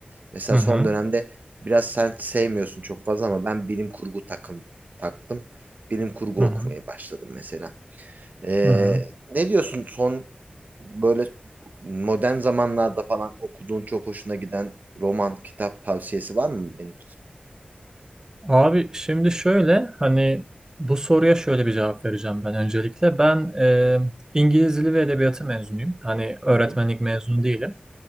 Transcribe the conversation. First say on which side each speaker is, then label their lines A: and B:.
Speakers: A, on the right; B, on the right.
A: Mesela
B: hı hı,
A: son dönemde biraz sen sevmiyorsun çok fazla ama ben bilim kurgu takım taktım. Bilim kurgu
B: hı hı,
A: okumaya başladım mesela. Ee,
B: hı hı.
A: ne diyorsun son böyle modern zamanlarda falan okuduğun çok hoşuna giden roman, kitap tavsiyesi var mı benim için?
B: Abi şimdi şöyle hani bu soruya şöyle bir cevap vereceğim ben öncelikle. Ben e, İngiliz Dili ve Edebiyatı mezunuyum. Hani öğretmenlik
A: Hı hı.
B: mezunu değilim.